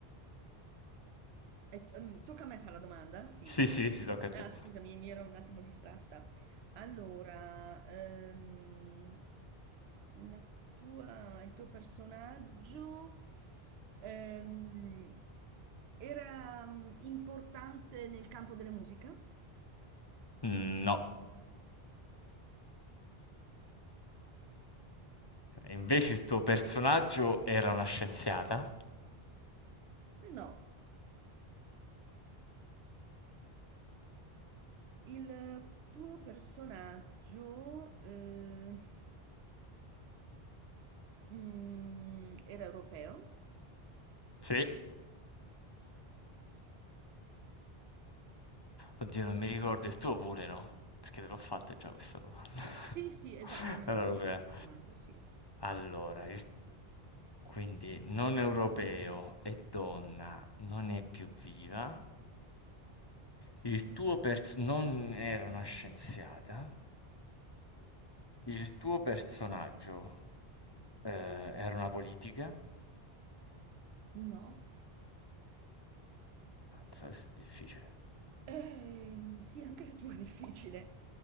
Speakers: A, on the right; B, on the left.
A: E t- ehm, tocca a me fare la domanda? Sì.
B: Sì, sì, sì, tocca a te.
A: Ah, scusami, mi ero un attimo distratta. Allora, ehm, la tua- il tuo personaggio ehm, era mm, importante nel campo della musica?
B: Mm, No. Invece il tuo personaggio era una scienziata?
A: No, il tuo personaggio eh, mm, era europeo?
B: Sì. Oddio, non mi ricordo, il tuo pure no? Perché te l'ho fatta già questa domanda. <laughs>
A: Sì, sì, esatto, me
B: Allora,
A: l'hai già
B: europea.
A: fatta quella domanda, sì.
B: Allora, il- quindi non europeo e donna non è più viva. Il tuo pers- non era una scienziata. Il tuo personaggio eh, era una politica.
A: No.
B: Mazza, questo è difficile.
A: Ehm, sì, anche la tua è difficile.